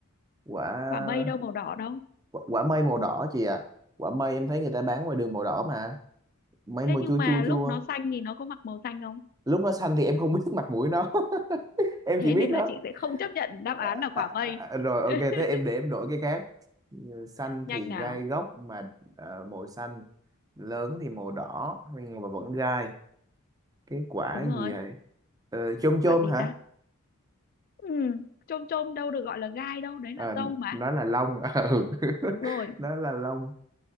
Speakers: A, on the right; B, on the left.
A: quả,
B: quả mây đâu màu đỏ đâu
A: quả quả mây màu đỏ chị ạ. Quả mây em thấy người ta bán ngoài đường màu đỏ mà. Mây màu
B: thế nhưng
A: chua
B: mà
A: chua
B: lúc
A: chua.
B: nó xanh thì nó có mặc màu xanh không
A: Lúc nó xanh thì em không <laughs> biết mặt mũi nó. <laughs> Em
B: thế
A: chỉ biết
B: nên
A: nó
B: là chị sẽ không chấp nhận đáp
A: À,
B: án là quả
A: à, à,
B: mây
A: à, rồi ok
B: <laughs>
A: thế em để em đổi cái khác Ừ, xanh
B: nhanh
A: thì
B: nào
A: gai góc mà ờ, màu xanh lớn thì màu đỏ nhưng mà vẫn gai cái quả
B: đúng rồi
A: gì vậy Ờ, chôm
B: quả
A: chôm
B: gì
A: hả
B: ta ừ, chôm chôm đâu được gọi là gai đâu đấy
A: Ờ,
B: là dâu mà
A: nó là long <laughs> ừ
B: đúng rồi
A: nó là long